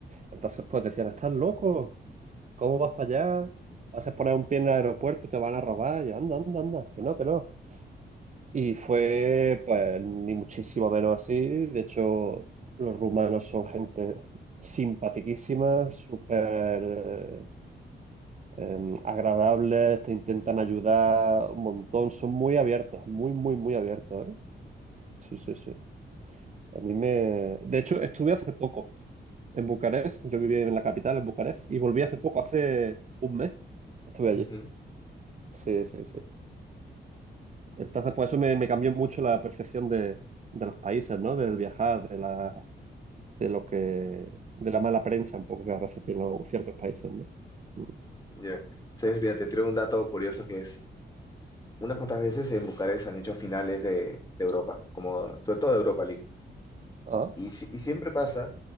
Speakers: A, on the right (about 40°); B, on the left (about 20°).
A: entonces, pues decían, ¿estás loco? ¿Cómo vas para allá? Vas a poner un pie en el aeropuerto, te van a robar. Y yo, anda, anda, anda, que no, que no. Y fue, pues, ni muchísimo menos así. De hecho, los rumanos son gente simpaticísima, súper eh, agradables, te intentan ayudar un montón, son muy abiertos, muy, muy, muy abiertos, ¿eh? Sí, sí, sí. A mí me... De hecho, estuve hace poco en Bucarest, yo vivía en la capital, en Bucarest, y volví hace poco, hace un mes, estuve
B: Ujú,
A: allí. Sí, sí, sí. Entonces, por eso me, me cambió mucho la percepción de, de los países, ¿no? Del viajar, de las de lo que, de la mala prensa un poco que a veces tienen algunos- ciertos países, ¿no? Mm.
B: Ya. Entonces, mira, te traigo un dato curioso que es, unas cuantas veces en Bucarest han hecho finales de, de Europa, como sobre todo de Europa League.
A: Ah,
B: Y, si- y siempre pasa